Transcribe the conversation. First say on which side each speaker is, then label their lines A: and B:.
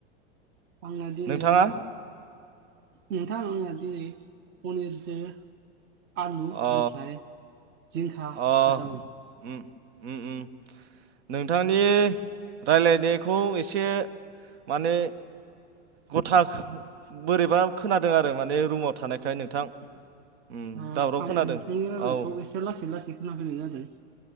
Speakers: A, on the right (about 35°); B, on the right (about 70°).
A: आंना दि
B: नोंथाङा
A: नै नोंथां आंना दिनै पनिरजों आलु
B: अ
A: ओमफ्राय जिंखा
B: अ
A: फाजामोन
B: उम उम उ नोंथांनि राय्लायनायखौ एसे माने गथा बोरैबा खोनादों आरो माने रुमाव थानायखाय नोंथां उम
A: आं
B: दावराव खोनादों
A: नोंथांनि रायनायखौ
B: औ
A: एसे लासै लासै खोनाफैनाय जादों